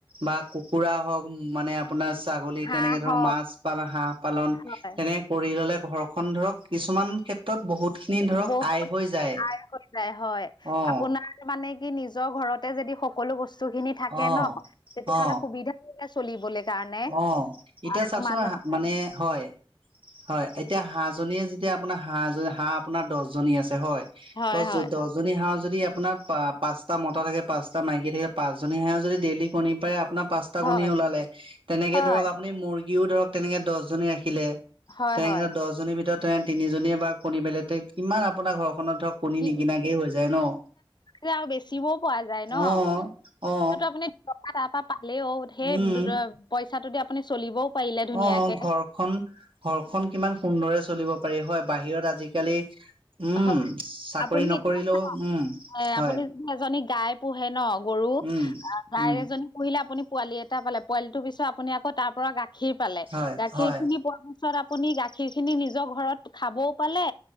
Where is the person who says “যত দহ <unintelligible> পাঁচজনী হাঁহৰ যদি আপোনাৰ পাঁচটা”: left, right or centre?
Right